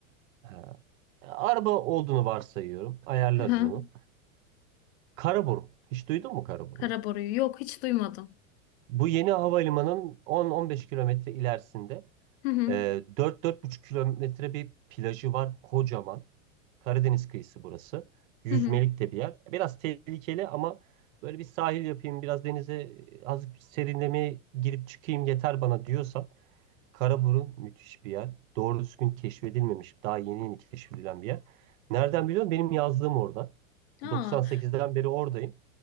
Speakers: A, on the right; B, on the left.
A: Ha. Araba olduğunu varsayıyorum. Ayarlarız
B: Hı hı.
A: onu. Karaburun. Hiç duydun mu Karaburun'u?
B: Karaboru'yu yok hiç duymadım.
A: Bu yeni havalimanının 10-15 kilometre ilerisinde
B: Hı hı.
A: Ee, dört buçuk kilometre bir plajı var kocaman. Karadeniz kıyısı burası. Yüzmelik
B: Hı hı.
A: de bir yer. Biraz tehlikeli ama böyle bir sahil yapayım, biraz denize e, az serinlemeye girip çıkayım yeter bana diyorsan Karaburun müthiş bir yer. Doğru düzgün keşfedilmemiş, daha yeni yeni keşfedilen bir yer. Nereden biliyorum? Benim yazlığım orada.
B: Aa.
A: 98'den beri oradayım.